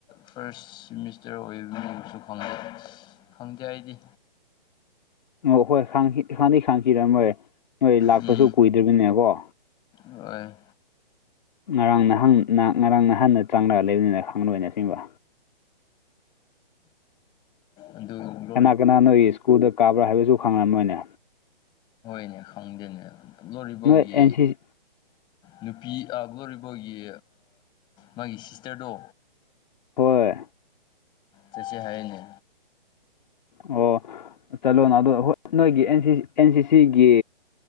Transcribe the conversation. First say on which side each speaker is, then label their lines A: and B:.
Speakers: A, on the left; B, on the left.
A: ꯐꯥꯔꯁ ꯁꯤꯃꯤꯁꯇꯔ ꯑꯣꯏꯕ ꯃꯤꯁꯨ ꯈꯪꯗꯦ ꯈꯪꯗꯦ ꯑꯩꯗꯤ
B: ꯑꯣ ꯍꯣꯏ ꯍꯥꯡꯗꯤꯩ ꯈꯥꯡꯈꯤꯔꯃꯣꯏ ꯃꯣꯏ ꯂꯥꯛꯄꯁꯨ
A: ꯎꯝ
B: ꯀꯨꯏꯗ꯭ꯔꯤꯕꯅꯦꯀꯣ
A: ꯍꯣꯏ
B: ꯉꯔꯥꯡ ꯅꯍꯥꯟ ꯉꯔꯥꯡ ꯅꯍꯥꯟꯗ ꯆꯪꯂꯛꯑ ꯂꯩꯕꯅꯤꯅ ꯈꯪꯂꯗꯣꯏꯅ ꯁꯤꯒꯤꯡꯕ
A: ꯑꯗꯨ ꯑꯗꯨ
B: ꯀꯅꯥ ꯀꯅꯥ ꯅꯣꯏꯒꯤ ꯁ꯭ꯀꯨꯜꯗ ꯀꯥꯕ꯭ꯔꯥ ꯍꯥꯏꯕꯁꯨ ꯈꯪꯉꯝ ꯅꯣꯏꯅꯦ
A: ꯀꯩꯅ ꯈꯪꯗꯦꯅꯦ ꯂꯣꯔꯤꯕꯥꯎꯒꯤ
B: ꯅꯣꯏ ꯑꯦꯟ ꯁꯤ
A: ꯅꯨꯄꯤ ꯒ꯭ꯂꯣꯔꯤꯕꯣꯏꯒꯤ ꯃꯥꯒꯤ ꯁꯤꯁꯇꯔꯗꯣ
B: ꯍꯣꯏ
A: ꯆꯁ ꯍꯥꯏꯌꯦꯅꯦ
B: ꯑꯣ ꯆꯠꯂꯣꯅ ꯑꯗꯣ ꯍꯣꯏ ꯅꯣꯏꯒꯤ ꯑꯦ ꯑꯦꯟ ꯁꯤꯁꯤꯒꯤ